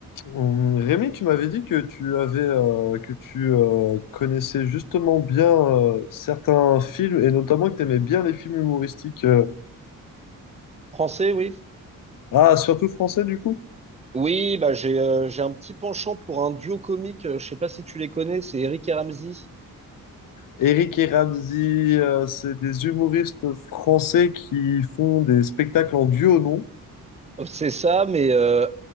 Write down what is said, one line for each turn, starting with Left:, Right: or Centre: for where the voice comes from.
Left: Hum, Rémi, tu m'avais dit que tu avais euh, que tu euh, connaissais justement bien euh, certains films et notamment que tu aimais bien les films humoristiques. euh,
Right: Français, oui.
Left: ah, surtout français du coup.
Right: Oui, bah j'ai euh, j'ai un petit penchant pour un duo comique. euh, Je sais pas si tu les connais, c'est Eric et Ramzy.
Left: Eric et Ramzy, euh, c'est des humoristes français qui font des spectacles en duo, non?
Right: Euh, C'est ça, mais euh,